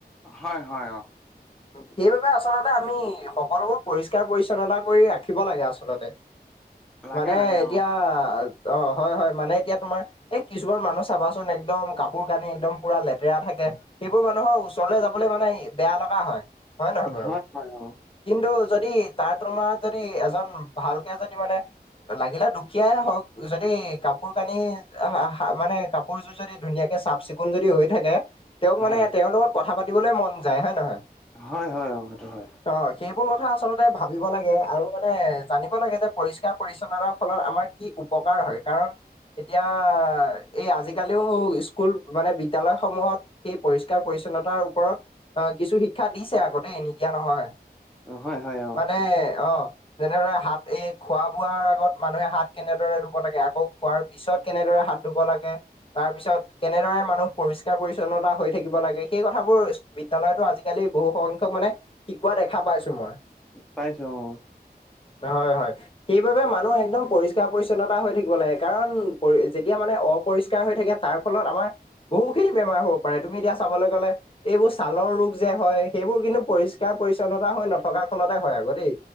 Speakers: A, in the centre; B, on the left (about 30°).
A: হয়, হয়। অ',
B: সেইবাবে আচলতে আমি সকলোবোৰ পৰিষ্কাৰ-পৰিচ্ছন্নতা কৰি ৰাখিব লাগে। আচলতে,
A: লাগে
B: মানে,
A: লাগে
B: এতিয়া
A: অ'।
B: অ' হয়-হয় মানে এতিয়া তোমাৰ, এ, কিছুমান মানুহ চাবাচোন একদম কাপোৰ-কানি একদম পুৰা লেতেৰা। লেতেৰা থাকে সেইবোৰ মানুহৰ ওচৰলে যাবলে মানে বেয়া লগা। হয় নে নহয় বাৰু,
A: হয় হয় অ'।
B: কিন্তু, যদি তাৰ তুলাত যদি এজন ভালকে যদি মানে, লাগিলে দুখীয়াই হওক। যদি যদি, কাপোৰ কানি মানে কাপোৰযোৰ যদি ধুনীয়াকে চাফ চিকুণ যদি হৈ থাকে। তেওঁক মানে
A: হয়।
B: তেওঁৰ লগত কথা পাতিবলে মন যায় হয় নহয়।
A: হয়-হয় অ' সেইটো হয়।
B: অ' সেইবোৰ কথা আচলতে ভাবিব লাগে। আৰু মানে জানিব লাগে যে, পৰিষ্কাৰ-পৰিচ্ছন্নতাৰ ফলত আমাৰ কি উপকাৰ হয়। কাৰণ এতিয়া, এই আজিকালিও স্কুল মানে বিদ্যালয়সমূহত। সেই পৰিষ্কাৰ-পৰিছন্নতাৰ ওপৰত আহ' কিছু শিক্ষা দিছে আকৌ দে নিদিয়া নহয়।
A: অ হয় হয় অ',
B: মানে অ', যেনেদৰে হাত, এই খোৱা বোৱাৰ আগত মানুহে হাত কেনেদৰে, লাগে আকৌ' খোৱাৰ পিছত কেনেদৰে হাত ধুব লাগে। তাৰ পিছত কেনেদৰে মানুহ পৰিষ্কাৰ-পৰিছন্নতা হৈ থাকিব লাগে। সেই কথাবোৰ, বিদ্যালয়তো আজিকালি বহু সংখ্যক মানে শিকোৱা দেখা পাইছোঁ। মই,
A: শিকাইছোঁ। অ',
B: হয়-হয় সেইবাবে মানুহ একদম পৰিষ্কাৰ-পৰিচ্ছন্নতা, পৰিছন্নতা হৈ থাকিব লাগে। কাৰণ পৰি যেতিয়া মানে অপৰিষ্কাৰ হৈ থাকে তাৰ ফলত আমাৰ, বহু খিনি বেমাৰ হব পাৰে। তুমি এতিয়া চাবলৈ গলে এইবোৰ ছালৰ ৰোগ, যে হয়, সেইবোৰ কিন্তু পৰিষ্কাৰ-পৰিচ্ছন্নতা হৈ নথকা ফলতে হয় আৰু। হ'ব দেই,